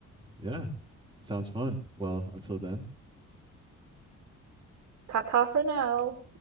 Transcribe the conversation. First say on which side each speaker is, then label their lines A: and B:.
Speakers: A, on the right; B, on the right.
A: Yeah. Sounds fun. Well, until then.
B: Ta ta for now.